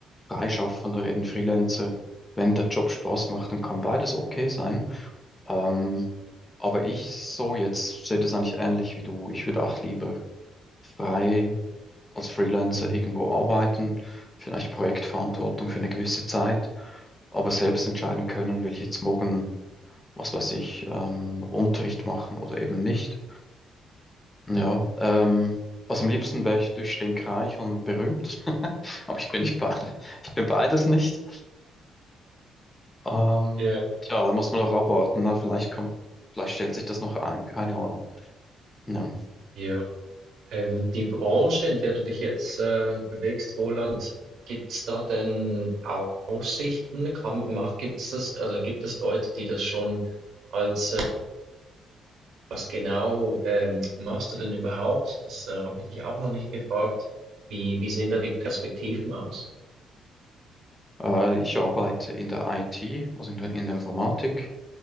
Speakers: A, on the left; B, on the right.
A: Freischaffender, eben Freelancer, wenn der Job Spaß macht, dann kann beides okay sein. Ähm, aber ich so jetzt sehe das eigentlich ähnlich wie du. Ich würde auch lieber frei als Freelancer
B: Mhm.
A: irgendwo arbeiten, vielleicht Projektverantwortung für eine gewisse Zeit, aber selbst entscheiden können, will ich jetzt morgen, was weiß ich, ähm, Unterricht machen oder eben nicht. Ja, ähm, also am liebsten wäre ich durchstinkreich und berühmt, <laughs> aber ich bin nicht be ich bin beides nicht. Ähm,
B: Ja,
A: tja, da muss man noch abwarten. Na, vielleicht kommt, vielleicht stellt sich das noch ein, keine Ahnung. Ja.
B: ja. Ähm, die Branche, in der du dich jetzt äh, bewegst, Roland, gibt es da denn Aussichten? Kann, mach, gibt's das, also gibt es Leute, die das schon als, was genau ähm, machst du denn überhaupt? Das äh, habe ich dich auch noch nicht gefragt. Wie, wie sehen da die Perspektiven aus?
A: Äh, ich arbeite in der IT, also in der, in der Informatik.